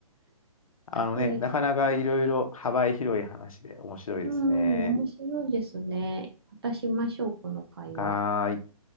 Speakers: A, on the left; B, on the right.
A: あのね、
B: えー
A: なかなかいろいろ幅広い話で面白いですね。
B: うん、面白いですね。またしましょう、この会話。
A: はーい。